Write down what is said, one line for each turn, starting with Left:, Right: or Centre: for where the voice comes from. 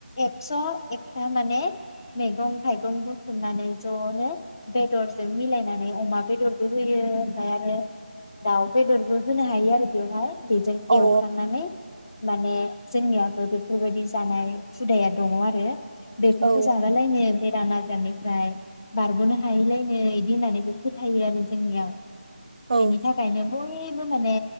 Left: एकस' एकथा माने मैगं थाइगं बुथुमनानै ज'नो बेदरजों मिलायनानै अमा बेदरबो होयो ओमफाय आरो दाउ बेदरबो होनो हायो आरो बेवहाय जायो
Right: औ
Left: एवखानानै माने जोंनियाबो बेफोरबायदि जानाय हुदाया दङ आरो बेफोरखौ
Right: औ
Left: जाबालायनो <unintelligible> जानिफ्राय बारग'नो हायैलायनो इदि होननानैबो फोथायो आरो जोंनियाव
Right: औ
Left: बेनि थाखायनो बयबो माने